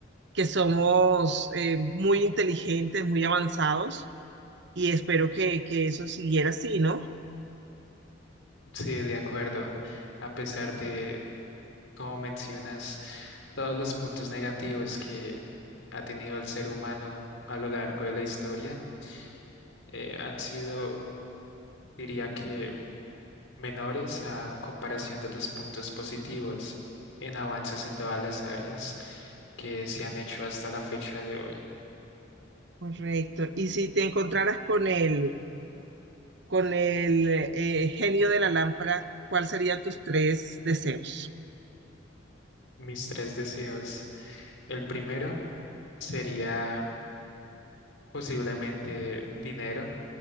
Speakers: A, on the right; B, on the left.
A: que somos eh, muy inteligentes, muy avanzados y espero que, que eso siguiera así, ¿no?
B: Sí, de acuerdo. A pesar de, como mencionas, todos los puntos negativos que ha tenido el ser humano a lo largo de la historia, eh, han sido, diría que, menores a comparación de los puntos positivos en avances en todas las áreas que se han hecho hasta la fecha de hoy.
A: Correcto. Y si te encontraras con el, con el eh, genio de la lámpara, ¿cuáles serían tus tres deseos?
B: Mis tres deseos. El primero sería posiblemente dinero,